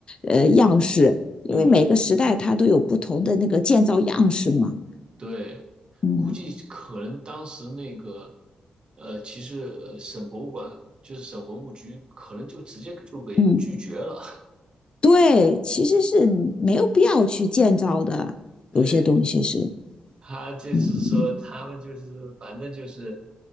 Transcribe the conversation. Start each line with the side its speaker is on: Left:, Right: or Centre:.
Left: 呃样式？因为每个时代它都有不同的那个建造样式嘛。
Right: 嗯。对，
Left: 嗯
Right: 估计可能当时那个，呃，其实呃省博物馆就是省文物局，可能就直接就给拒绝了。
Left: 嗯，
Right: <laughs>
Left: 对，其实是没有必要去建造的，
Right: 对，
Left: 有些东西是，
Right: 他就是说他们就是反正就是，
Left: 嗯，